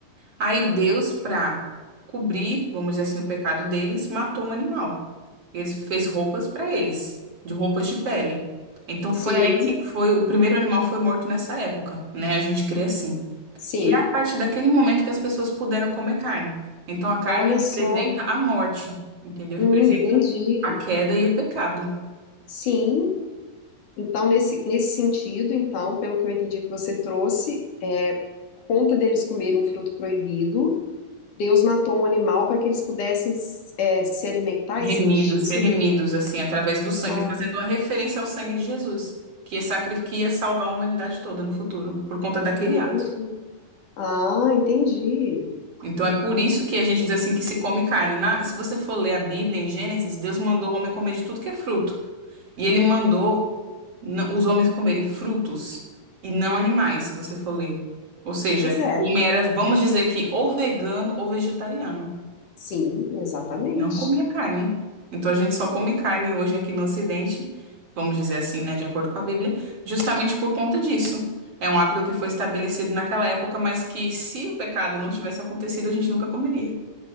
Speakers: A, on the right; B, on the left.
A: Aí Deus, pra cobrir, vamos dizer assim, o pecado deles, matou um animal. E eles fez roupas pra eles, de roupas de pele. Então foi
B: Sim,
A: aí que foi o primeiro animal foi morto nessa época, né? A gente crê assim.
B: sim.
A: E é a partir daquele momento que as pessoas puderam comer carne. Então a carne
B: Olha
A: representa
B: só.
A: a morte, entendeu?
B: Hum,
A: Representa
B: entendi.
A: a queda e o pecado.
B: Sim. Então, nesse, nesse sentido, então, pelo que eu entendi que você trouxe, é, por conta deles comerem um fruto proibido, Deus matou um animal para que eles pudessem, é, se alimentar
A: Remidos,
B: e se vestir?
A: ser
B: Seria-
A: remidos, assim, através do sangue,
B: Ah,
A: fazendo uma referência ao sangue de Jesus, que ia, sacri- que ia salvar a humanidade toda no futuro, por conta daquele
B: entendi.
A: ato.
B: Ah, entendi.
A: Então é por isso que a gente diz assim que se come carne. Na- se você for ler a Bíblia em Gênesis, Deus mandou o homem comer de tudo que é fruto. E ele mandou na- os homens comerem frutos e não animais, se você for ler. Ou seja,
B: Pois é.
A: o homem era, vamos dizer que ou vegano ou vegetariano.
B: Sim, exatamente.
A: Não comia carne. Então a gente só come carne hoje aqui no Ocidente, vamos dizer assim, né, de acordo com a Bíblia, justamente por conta disso. É um hábito que foi estabelecido naquela época, mas que se o pecado não tivesse acontecido, a gente nunca comeria.